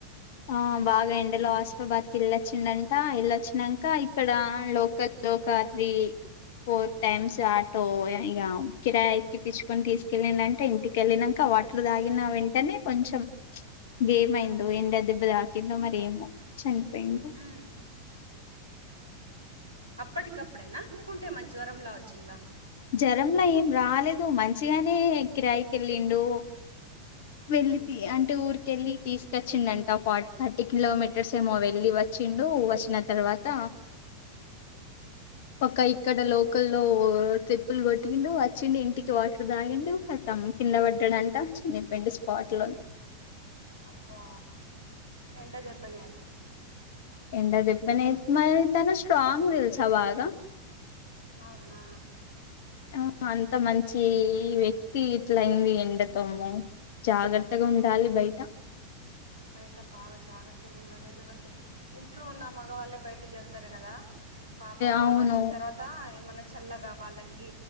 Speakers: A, on the left; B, on the right.
A: ఆ బాగా ఎండలో
B: ఉహు.
A: ఆస్బాద్కిల్లా వచ్చిందంట ఇల్ళొచ్చానంక ఇక్కడ లోకల్ లోకాత్రి ఫోర్ టైమ్స్
B: ఉమ్,
A: ఆటో అడిగాము కిరాయి ఎక్కి పిచ్చుకొని తీసుకెళ్ళిండు అంట ఇంటికిళ్ళినంక వాటర్ దాగిన వెన్ వెంటనే కొంచెం గేమ్ అయింది
B: ఉమ్,
A: ఎండ ఇదాకంది మరేమో చనిపోయింది
B: ఉమ్. అప్పట్టి కప్పుడే నా లేకు అంటే మన జ్వరం లా వచ్చు ఇంగా
A: జ్వరలా ఏం రాలేదు మంచిగానే కిరాయికి వెళ్ళిండు వెళ్ళితి
B: ఉమ్.
A: అంటే ఊరిక వెళ్ళి తీసు వచ్చిండంట ఫార్ థర్టీ కిలోమీటర్స్ ఏమో వెళ్ళి వచ్చిండు వచ్చిన తర్వాత ఒక ఇక్కడ లోకల్ల్ ట్రిప్పులు కొట్టిండు వచ్చిండి ఇంటికి వాటర్ తాగిండు కింద పడ్డాడంట చనిపోయిడు స్పాట్లోని
B: అబ్బా ఎండ దబ్బనే అది
A: ఏండ దెబ్బ నే మరి తను స్ట్రాంగ్ తెలుస బాగా
B: అవునా
A: ఆ అంత మంచి వ్యక్తి ఇట్లయింది ఎండకమో జాగ్రత్త ఎత్తగ ఉండాలి బయట
B: బయట బాగా జాగ్రత్తగ ఉండాలి ఎందుకంటే ఇంట్లో ఉన్న మగవాళ్ళే బయటికి వెళ్తారు కద పాపం వాళ్ళు
A: అవును
B: వచ్చిన తర్వాత ఏమన్న చల్లగ వాళ్ళకి